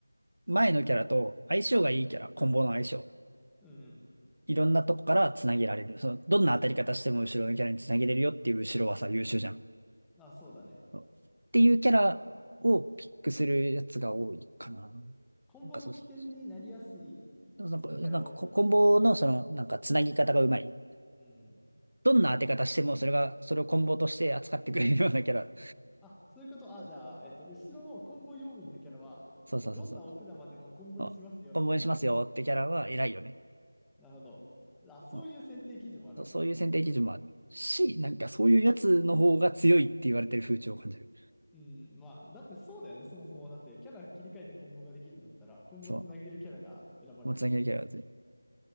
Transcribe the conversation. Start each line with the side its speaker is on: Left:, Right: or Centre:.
Right: 前のキャラと相性がいいキャラ、コンボの相性。
Centre: うんうん。
Right: いろんなとこから繋げられる。その、どんな当たり方しても後ろのキャラに繋げれるよっていう後ろはさ、優秀じゃん。
Centre: あそうだね。
Right: っていうキャラをピックするやつが多いかな。
Centre: あ。
Right: な
Centre: コンボの起点になりやすい
Right: んかそうそう。でもなんか、
Centre: キャラをピックすると。
Right: なんかココンボのその、なんかつなぎ方がうまい。
Centre: うん。
Right: どんな当て方してもそれが、
Centre: あ、
Right: それをコンボとして扱ってくれるようなキャラ。
Centre: あそういうこと。あ、じゃあ、えっと、後ろのコンボ要員のキャラは、
Right: そうそうそうそう。
Centre: えっと、どんなお手玉でもコンボにしますよ、
Right: あコンボにしますよってキャラは偉いよね。
Centre: みたいな。なるほど。あ、そういう選定基準もあるわけだ。
Right: うんそうそういう選定基準もあるし、なんかそういうやつの方が強いって言われてる風潮を感じる。
Centre: うん、まあ、だってそうだよね、そもそも。だって、キャラ切り替えてコンボができるんだったら、コンボつなげるキャラが選ばれるよ。
Right: そう。もうつなぎのキャラは強い。